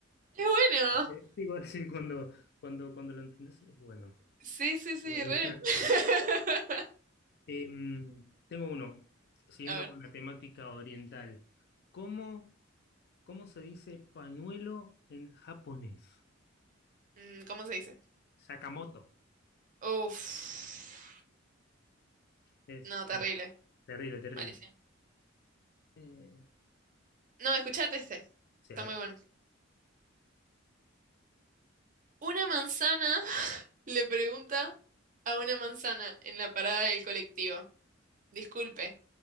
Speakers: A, on the right; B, on the left.
A: Es bueno.
B: eh, sí, bueno, sí, cuando, cuando, cuando lo entendés es bueno.
A: Sí, sí, sí,
B: Eh,
A: re.
B: está- está
A: <laughs>
B: bueno. Em, tengo uno, siguiendo
A: A ver,
B: con la temática oriental. ¿Cómo, cómo se dice pañuelo en japonés?
A: mm, ¿cómo se dice?
B: Sakamoto.
A: Uf.
B: Es
A: No,
B: bueno,
A: terrible.
B: terrible, terrible.
A: Malísimo.
B: Eh,
A: No, escuchate este.
B: sí,
A: Está
B: a ver.
A: muy bueno. Una manzana <laughs> le pregunta a una manzana en la parada del colectivo. Disculpe,